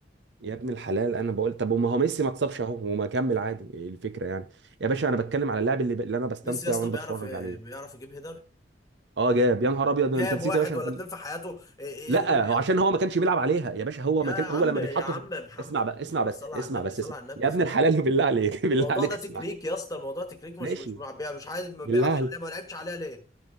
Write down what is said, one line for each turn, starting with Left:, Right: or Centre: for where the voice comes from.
Right: يا ابن الحلال انا بقول طب وما هو ميسي ما اتصابش اهو وما كمل عادي إيه الفكرة يعني يا باشا انا بتكلم على اللاعب اللي, ب... اللي انا بستمتع
Left: ميسي يا اسطى
Right: وانا
Left: بيعرف
Right: بتفرج عليه
Left: بيعرف يجيب هيدر
Right: اه جاب يا نهار ابيض
Left: جاب
Right: انت نسيت
Left: واحد
Right: يا باشا
Left: ولا
Right: في
Left: اتنين
Right: ال...
Left: في حياته ايه إيه
Right: لا
Left: إيه اللي بي...
Right: هو عشان هو ما كانش بيلعب عليها يا باشا هو ما
Left: يا عم
Right: كان هو لما
Left: يا
Right: بيتحط
Left: عم
Right: في
Left: محمد
Right: اسمع بقى
Left: يا عم
Right: اسمع
Left: محمد
Right: بس
Left: صلى
Right: اسمع
Left: على النبي
Right: بس
Left: صلى
Right: اسمع
Left: على النبي
Right: يا ابن
Left: صلى
Right: الحلال
Left: على النبي
Right: بالله عليك <laughs> بالله
Left: الموضوع
Right: عليك
Left: ده
Right: اسمع
Left: تكنيك يا اسطى الموضوع تكنيك مش
Right: ماشي
Left: مش مع- مش عايز ما
Right: بالله
Left: بيلعبش
Right: عليك
Left: عليها ما لعبش عليها ليه